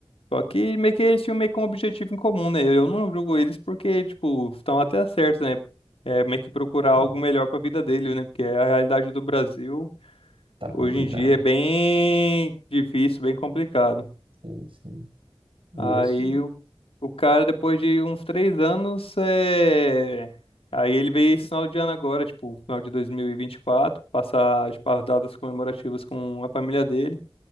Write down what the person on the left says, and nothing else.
Só que meio que eles tinham meio que um objetivo em comum, né? Eu não julgo eles porque, tipo, estão até certos, né? É meio que procurar
algo melhor pra vida dele, né? Porque é a realidade do Brasil
hoje
em dia é bem difícil, bem complicado.
Aí
o, o cara, depois de uns três anos, é... aí ele veio esse final de ano agora, tipo, final de dois mil e e vinte e quatro passar tipo, as datas comemorativas com a família dele.